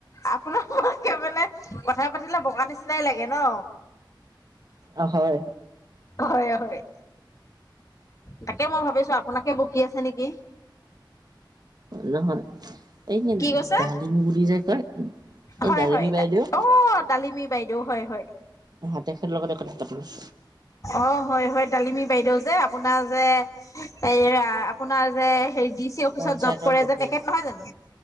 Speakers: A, on the left; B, on the right.
A: আপোনাৰকে মানে কথা পাতি তিলে বগা নিচিনাই লাগে ন।
B: অ হয়।
A: হয় হয় তাকে মই ভাবিছো আপোনাকে বকি আছে নেকি?
B: নহয় এই
A: কি কৈছে
B: ডালিমি বুলি যে কয়, এই
A: হয়
B: ডালিমি
A: হয়
B: বাইদেউ
A: অ ডালিমী বাইদেউ হয় হয়
B: হাতে খাত লগতে কথা পাতিব আছ।
A: অ হয় হয় তালিমি বাইদেউ যে আপোনাৰ যে এইৰা আপোনাৰ যে ডি চি অফিচত
B: পঞ্চায়তৰ
A: জপ যে কৰে
B: সখী
A: তেখেত
B: যে
A: নহয় জানো।